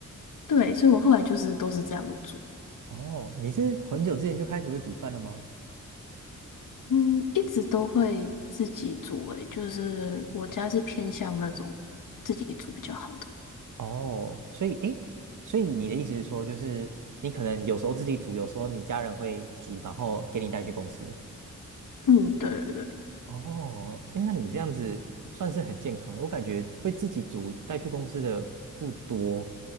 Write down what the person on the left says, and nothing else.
对，所以我后来就是都是这样煮，
嗯，一直都会自己煮诶，就是我家是偏向那种自己煮比较好的。
嗯，对对对，